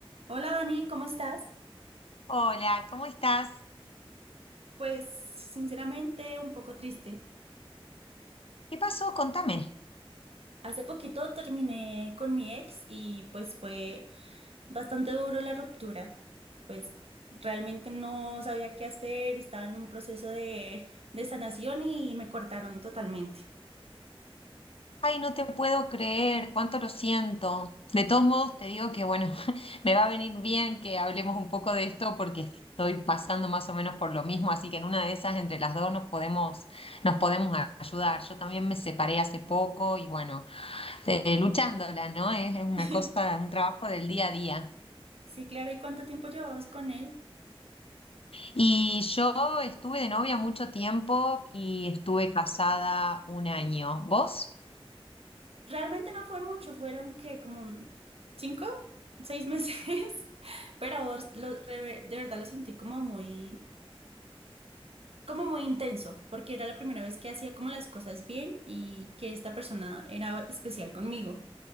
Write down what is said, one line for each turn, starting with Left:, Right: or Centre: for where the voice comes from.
Right: Hola Dani, ¿cómo estás?
Left: Hola, ¿cómo estás?
Right: Pues sinceramente un poco triste.
Left: ¿Qué pasó? Contame.
Right: Hace poquito terminé con mi ex y pues fue bastante duro la ruptura. Pues realmente no sabía qué hacer, estaba en un proceso de, de sanación y me cortaron totalmente.
Left: Ay, no te puedo creer, cuánto lo siento. De todos modos, te digo que, bueno, <laughs> me va a venir bien que hablemos un poco de esto porque estoy pasando más o menos por lo mismo, así que en una de esas, entre las dos, nos podemos, nos podemos a- ayudar. Yo también me separé hace poco y, bueno, eh, luchándola, ¿no? Es es una
Right: <laughs>
Left: cosa, un trabajo del día a día.
Right: Sí, claro, ¿y cuánto tiempo llevabas con él?
Left: Y yo estuve de novia mucho tiempo y estuve casada un año. ¿Vos?
Right: Realmente no fue mucho, fueron que como cinco, seis meses, <laughs> pero lo- re- de verdad lo sentí como muy... como muy intenso, porque era la primera vez que hacía como las cosas bien y que esta persona era especial conmigo.